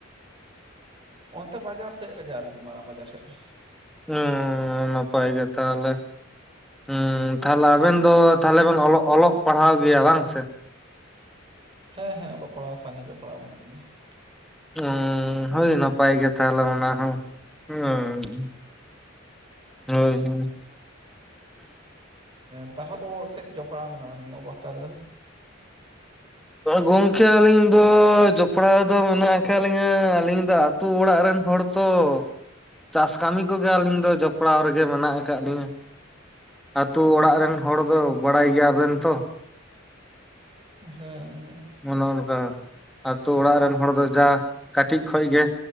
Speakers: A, on the right; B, in the centre.
A: ᱚᱱᱛᱮ ᱵᱟᱡᱟᱨ ᱥᱮᱫ ᱨᱮᱜᱮ ᱟᱨᱠᱤ, ᱢᱟᱨᱟᱝ ᱵᱟᱡᱟᱨ ᱥᱮᱫ ᱨᱮ ᱾
B: ᱦᱩᱸ ᱱᱟᱯᱟᱭ ᱜᱮ ᱛᱟᱦᱚᱞᱮ ᱾ ᱦᱩᱸ ᱛᱟᱦᱚᱞᱮ ᱟᱵᱮᱱ ᱫᱚ ᱛᱟᱦᱚᱞᱮ ᱵᱮᱱ ᱚᱞᱜ ᱚᱞᱚᱜ ᱯᱟᱲᱦᱟᱣ ᱜᱮᱭᱟ ᱵᱟᱝ ᱥᱮ?
A: ᱦᱮᱸ ᱦᱮᱸ, ᱚᱞᱚᱜ ᱯᱟᱲᱦᱟᱜ ᱥᱟᱝᱜᱮ ᱯᱟᱲᱦᱟᱣ ᱢᱮᱱᱟᱜ ᱞᱤᱧᱟᱹ ᱾
B: ᱦᱩᱸ ᱦᱳᱭ ᱱᱟᱯᱟᱭ ᱜᱮ ᱛᱟᱦᱚᱞᱮ ᱚᱱᱟ ᱦᱚᱸ ᱦᱩᱸ ᱾ ᱦᱳᱭ ᱦᱳᱭ᱾
A: <unintelligible> ᱠᱚ ᱥᱮᱫ ᱡᱯᱲᱟᱟᱣ ᱢᱮᱱᱟᱢᱟ ᱱᱤᱭᱟᱹ ᱚᱵᱚᱥᱛᱟ ᱨᱮ ᱫᱚ?
B: ᱜᱚᱝᱠᱮ ᱟᱹᱞᱤᱧ ᱫᱚ ᱡᱚᱯᱲᱟᱣ ᱫᱚ ᱢᱮᱱᱟᱜ ᱟᱠᱟᱫ ᱞᱤᱧᱟ, ᱟᱹᱞᱤᱧ ᱫᱚ ᱟᱛᱩ ᱚᱲᱟᱜ ᱨᱮᱱ ᱦᱚᱲ ᱛᱚ᱾ ᱪᱟᱥ ᱠᱟᱹᱢᱤ ᱠᱚᱜᱮ ᱟᱹᱞᱤᱧ ᱫᱚ ᱡᱚᱯᱲᱟᱣ ᱨᱮᱜᱮ ᱢᱮᱱᱟᱜ ᱟᱠᱟᱫ ᱞᱤᱧᱟ᱾ ᱟᱹᱛᱩ ᱚᱲᱟᱜ ᱨᱮᱱ ᱦᱚᱲ ᱫᱚ ᱵᱟᱲᱟᱭ ᱜᱮᱭᱟ ᱵᱮᱱ ᱛᱚ᱾
A: ᱦᱮᱸ ᱦᱮᱸ᱾
B: ᱚᱱᱮ ᱚᱱᱠᱟ, ᱟᱹᱛᱩ ᱚᱲᱟᱜ ᱨᱮᱱ ᱦᱚᱲ ᱫᱚ ᱡᱟ ᱠᱟᱹᱴᱤᱡ ᱠᱷᱚᱱ ᱜᱮ